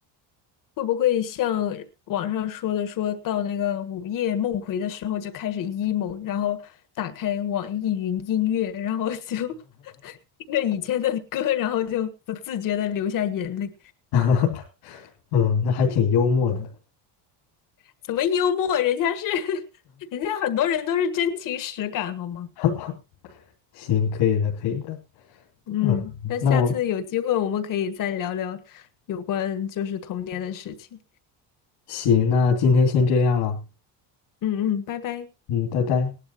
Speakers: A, on the left; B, on the left.
A: 会不会像网上说的，说到那个午夜梦回的时候就开始 emo，然后打开网易云音乐，然后就 <laughs> 听着以前的歌，然后就不自觉的流下眼泪？
B: <laughs> 嗯，那还挺幽默的，
A: 怎么幽默？人家是，<laughs> 人家很多人都是真情实感，好吗？
B: <laughs> 行，可以的，可以的，
A: 嗯，
B: 嗯，
A: 那下次有机会我们可以再聊聊有关就是童年的事情。
B: 那我行，那今天先这样了，
A: 嗯嗯，拜拜。
B: 嗯，拜拜。